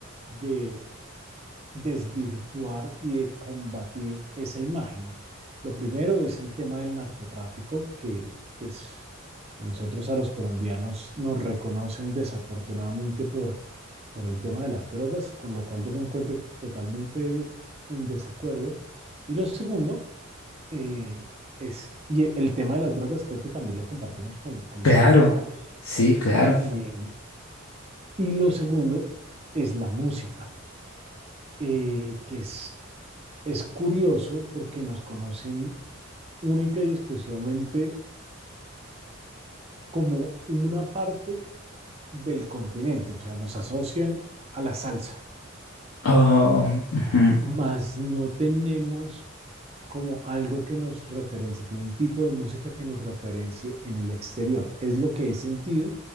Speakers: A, on the right (about 30°); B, on the left (about 80°).
A: de desvirtuar y de combatir esa imagen. Lo primero es el tema del narcotráfico, que pues a nosotros, a los colombianos, nos reconocen desafortunadamente por, por el tema de las drogas, con lo cual yo me encuentro totalmente en desacuerdo. Y lo segundo eh, es, y el tema de las drogas creo que también lo compartimos con, con
B: Claro,
A: los mexicanos.
B: sí, claro.
A: Eh, y lo segundo es la música, eh, que es es curioso porque nos conocen única y exclusivamente como una parte del continente, o sea, nos asocian a la salsa,
B: Oh, ujú,
A: mas no tenemos como algo que nos referencie, como un tipo de música que nos referencie en el exterior. Es lo que he sentido